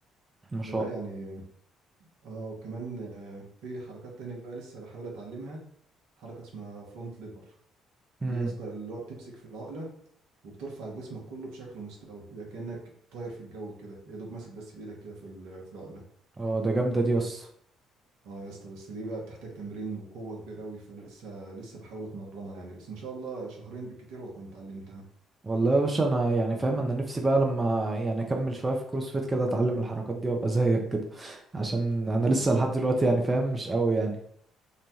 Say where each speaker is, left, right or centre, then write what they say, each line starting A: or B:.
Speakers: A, on the right (about 25°); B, on the right (about 70°).
A: ما شاء
B: فلا
A: الله
B: يعني اه وكمان آه، في حركات تانية بقى لسه بحاول اتعلمها حركة اسمها فرونت ليفر
A: امم
B: دي يا اسطى اللي هو بتمسك في العقله وبترفع جسمك كله بشكل مستوي بيبقى كانك طاير في الجو كده يا دوب ماسك بس بايدك كده في ال- في العقله
A: اه ده جامدة دي يس
B: اه يا اسطى بس دي بقى بتحتاج تمرين وقوه كبيره قوي فلسه لسه بحاول اتمرنها يعني بس ان شاء الله شهرين بالكتير واكون اتعلمتها
A: والله يا باشا انا يعني فاهم انا نفسي بقى لما يعني اكمل شويه في كروس فيت كده اتعلم الحركات دي وابقى زيك كده عشان انا
B: اه
A: لسه لحد دلوقتي يعني فاهم مش قوي يعني